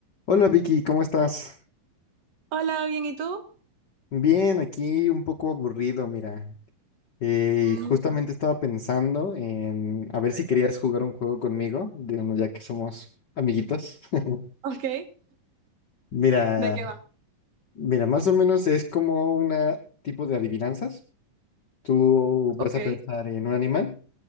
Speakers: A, on the left; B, on the right.
A: Hola Vicky, ¿cómo estás?
B: Hola, bien, ¿y tú?
A: Bien, aquí un poco aburrido, mira. Eh,
B: Mm,
A: justamente estaba pensando en a ver
B: Cuéntame.
A: si querías jugar un juego conmigo, digamos, ya que somos amiguitos. <laughs>
B: ok,
A: Mira,
B: ¿de qué va?
A: mira, más o menos es como un tipo de adivinanzas. Tú vas
B: Ok,
A: a pensar en un animal